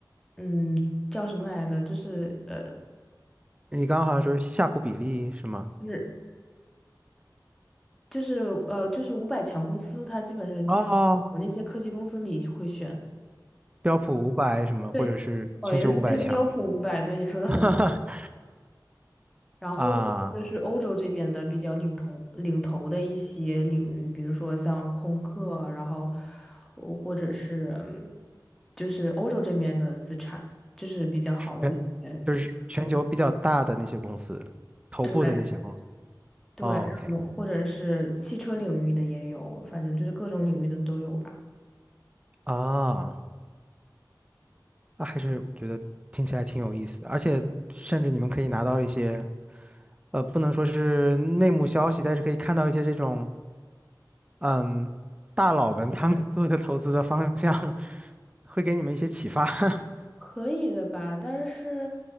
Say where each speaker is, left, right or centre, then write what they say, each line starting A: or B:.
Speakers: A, in the centre; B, on the right.
A: 嗯叫什么来的，就是呃
B: 你刚刚好像说是夏普比例是吗？
A: 就是就是呃就是五百强公司，他基本上就是那些科技公司里会选。
B: 哦，标普五百什么，
A: 对，
B: 或者是全球五百强，
A: 哦，也对，标普五百，对你说的很
B: <laughs>
A: 然后就是欧洲这边的比较领头领头的一些领域，
B: 啊，
A: 比如说像空客，然后呃或者是嗯就是欧洲这边的资产，就是比较好的一些，
B: 全就是全球比较大的那些公司，
A: 嗯，
B: 头部的那些公司。
A: 对对，
B: 哦 OK，
A: 然后或者是汽车领域的也有，反正就是各种领域的都有吧，
B: 啊，那还是觉得听起来挺有意思的，而且甚至你们可以拿到一些，呃，不能说是内幕消息，但是可以看到一些这种，嗯，大佬们他们 <laughs> 做的投资的方向，<laughs> 会给你们一些启发。<laughs>
A: 可以的吧，但是，